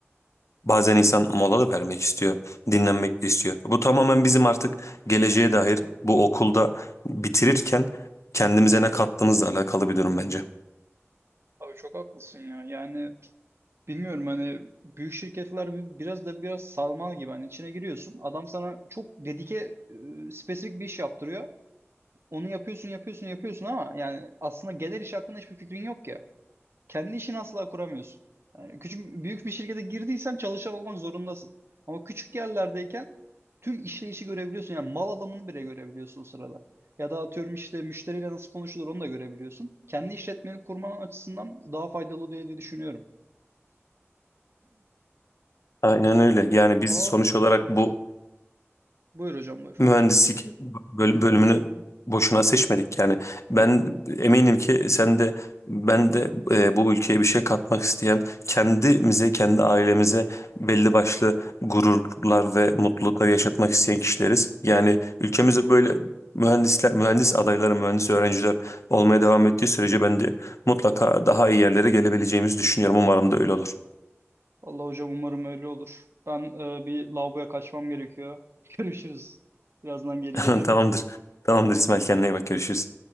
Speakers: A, on the left (about 80°); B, on the right (about 60°).
A: bazen insan mola da vermek istiyor. Dinlenmek de istiyor. Bu tamamen bizim artık geleceğe dair bu okulda bitirirken kendimize ne kattığımızla alakalı bir durum bence.
B: Abi çok haklısın ya. Yani Bilmiyorum hani büyük şirketler bi- biraz da biraz sarmal gibi hani içine giriyorsun. Adam sana çok dedike e, spesifik bir iş yaptırıyor. Onu yapıyorsun yapıyorsun yapıyorsun ama yani aslında gelir iş hakkında hiçbir fikrin yok ya. Kendi işini asla kuramıyorsun. Yani küçük büyük bir şirkete girdiysen çalışan olmak zorundasın. Ama küçük yerlerdeyken tüm işleyişi görebiliyorsun. Yani mal alımını bile görebiliyorsun o sırada. Ya da atıyorum işte müşteriyle nasıl konuşulur onu da görebiliyorsun. Kendi işletmeni kurman açısından daha faydalı diye diye düşünüyorum.
A: Aynen öyle. Yani
B: Va
A: biz sonuç olarak
B: evet.
A: bu
B: Buyur hocam buyur.
A: mühendislik böl- bölümünü boşuna seçmedik. Yani ben eminim ki sen de ben de e, bu ülkeye bir şey katmak isteyen kendimize, kendi ailemize belli başlı gururlar ve mutluluklar yaşatmak isteyen kişileriz. Yani ülkemize böyle mühendisler, mühendis adayları, mühendis öğrenciler olmaya devam ettiği sürece ben de mutlaka daha iyi yerlere gelebileceğimizi düşünüyorum. Umarım da öyle olur.
B: Allah hocam umarım öyle olur. Ben e, bir lavaboya kaçmam gerekiyor. <laughs> Görüşürüz. Birazdan geri
A: <laughs>
B: gelirim.
A: Tamamdır. Tamamdır İsmail kendine iyi bak görüşürüz.